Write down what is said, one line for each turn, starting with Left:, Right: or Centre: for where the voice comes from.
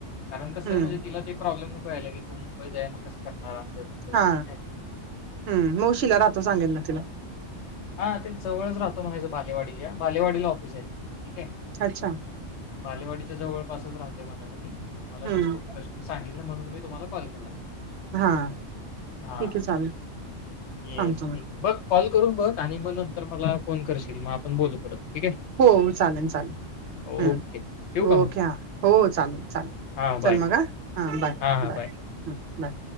Left: कारण कसं
Right: हम्म
Left: आहे म्हणजे तिला ते प्रॉब्लेम नको यायला की तू मुंबईत आहे मग कसं करणार असं तसं.
Right: हा
Left: नाही
Right: हम्म मावशीला राहतो सांगेल ना तिला
Left: हा ते जवळच राहतो म्हणाच बालेवाडी बालेवाडीला ऑफिस आहे त ठीके आहे
Right: अच्छा
Left: बालेवाडीच्या जवळपासच राहते म्हणायचं मी मला
Right: हम्म
Left: जस्ट की सांगितलं म्हणून मी तुम्हाला कॉल केला
Right: हा
Left: हा
Right: ठीक आहे चालेल
Left: येस
Right: सांगतो मी
Left: ठीक आहे बघ कॉल करून बघ आणि मग नंतर मला फोन करशील मग आपण बोलू परत ठीक आहे
Right: हो चालेल चालेल
Left: ओके.
Right: हम्म
Left: ठेवू का
Right: ओके
Left: मग?
Right: हा हो चालेल चालेल
Left: हां बाय.
Right: चल मग हा बाय
Left: हां, हां
Right: बाय बाय